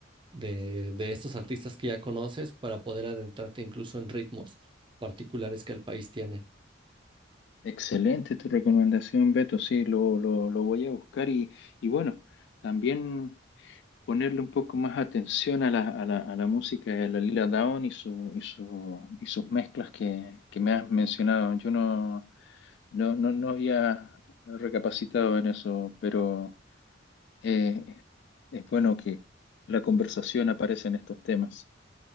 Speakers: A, on the right (about 25°); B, on the left (about 65°).
A: de, de estos artistas que ya conoces, para poder adentrarte incluso en ritmos particulares que el país tiene.
B: Excelente tu recomendación, Beto. Sí, lo, lo, lo voy a buscar y, y bueno, también ponerle un poco más atención a la, a la, a la música de la Lila Downs y, su, y, su, y sus mezclas que, que me has mencionado. Yo no, no, no, no había recapacitado en eso, pero... Eh, es bueno que la conversación aparece en estos temas.